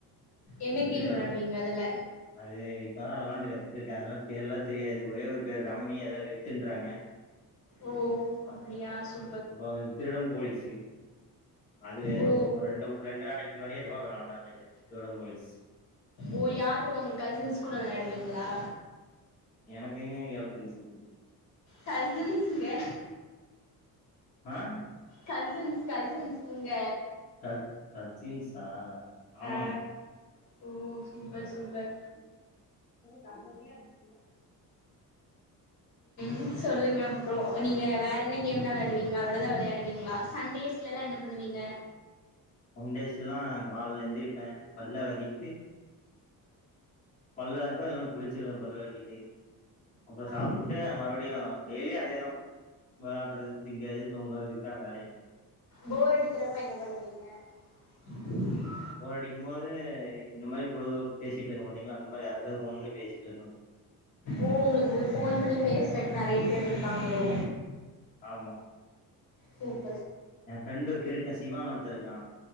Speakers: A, on the left; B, on the left.
A: என்ன
B: அதுலையா
A: கேம் வெளையாடுவீங்க அதுல
B: அது இப்பதான் விளாண்டு கத்துட்டு இருக்கேன் அதனால பேர் எல்லாம் தெரியாது ஒரே ஒரு பேர் ரம்மி அதாவ வெ தின்றாங்க
A: ஓ அப்படியா சு
B: அப்ப திருடன் போலீச்சு அது
A: ஓ
B: ரெண்டு ரெண்டு நாளைக்கு முன்னாடியே இங்வா வேளண்ட கடும்திருடன் போலிஸ்
A: ஓ யார் கூட உங்க கசின்ஸ் கூட விளையாடுவீங்களா
B: எனக்குங்க ஹல் பிரண்ஸ் இருக்கு
A: கசின்ஸ்கே
B: ஆஹ
A: கசின்ஸ் கசின்ஸ் உங்க
B: க கஜீம்ஸா ஆமாங்க
A: ஆ ஓ சூப்பர் சூப்பர்
B: <inaudible>
A: உ சொல்லுங்க அப்பறம் நீங்க வேற என்ன கேம்லாம் விளையாடுவீங்களா அவ்வளவுதான் விளையாடுவீங்களா சண்டேஸ்லல்லாம் என்ன பண்ணுவீங்க
B: ஒன் டேஸ்ல எல்லாம் காலல எழுந்திரிப்பேன் பல்ல வேழகிட்டு பல்லளக்க எல்லாம் குளிச்சிருவேன் பல்லளக்கிட்டு அப்புறம் சாப்பிட்டு
A: ஆ
B: மறுபடியும் டெய்லியும் அதேதான் விளாடடுறது திங்கது தூங்கறதுஇதன் வேலயே
A: போர் அடிக்கிறப்ப என்ன பண்ணுவீங்க <unintelligible>
B: போரடிக்கும் போது இந்த மாரி பொழுதுபோக்கு பேசிட்டு இருக்கே பாத்தீங்களா அந்த மாரி யார் கெட்டயாவது போன் பண்ணி பேசி ட்டுருப்பே
A: ஓ உங்களுக்கு போன் பண்ணி பேசுறக்கு நெறைய பேர்யிருக்காங்களோ
B: ஆமா
A: சே
B: என் ஃப்ரெண்டு் கிருக்கே சிவான்னு ஒருத்தயிருக்கா